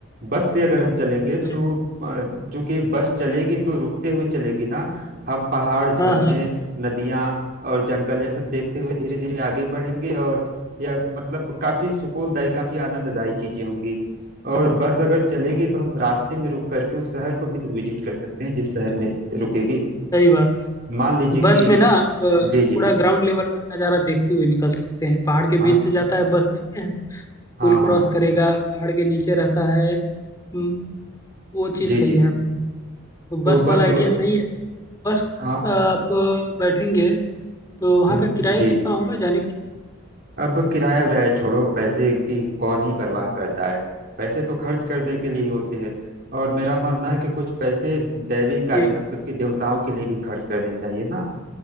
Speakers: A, on the right (about 45°); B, on the left (about 15°).
A: बस से अगर हम चलेंगे तो
B: है
A: अ, चूंकि बस चलेगी तो रुकते हुए चलेगी ना हम पहाड़ झरने
B: हाँ हाँ
A: नदियां और जंगल यह सब देखते हुए धीरे धीरे आगे बढ़ेंगे और यह मतलब काफी सुकूनदायी काफी आनंददायी चीजें होंगी और बस अगर चलेगी तो हम रास्ते में रुक करके उस शहर को भी तो विजिट कर सकते हैं जिस शहर में रुकेगी
B: सही बात है
A: मान लीजिए
B: बस
A: कि
B: में ना आप अ,
A: जी जी
B: पूरा ग्राउंड लेवल का नज़ारा देखते हुए निकल सकते हैं पहाड़ के
A: हाँ
B: बीच से जाता है बस देखते हैं
A: हाँ
B: पुल क्रॉस
A: हाँ
B: करेगा पहाड़ के नीचे रहता है हम्म, वो चीज़
A: जी
B: सही
A: जी
B: है आपका तो बस
A: तो बस
B: वाला आइडिया
A: व-
B: सही है बस
A: हाँ
B: अ, आप बैठेंगे तो वहाँ
A: हम्म,
B: का किराया
A: जी
B: कितना होगा जाने का
A: अब किराया विराया छोड़ो पैसे की कौन ही परवाह करता है पैसे तो खर्च करने के लिए ही होते हैं और मेरा मानना है कि कुछ पैसे दैवी कार्य
B: जी
A: मतलब कि देवताओं के लिए भी खर्च करने चाहिए ना